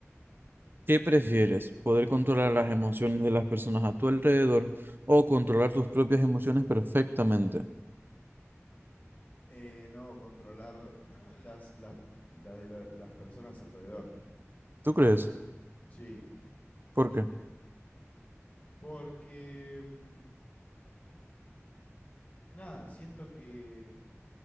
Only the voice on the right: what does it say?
¿Qué prefieres? ¿Poder controlar las emociones de las personas a tu alrededor o controlar tus propias emociones perfectamente?
¿Tú crees?
¿Por qué?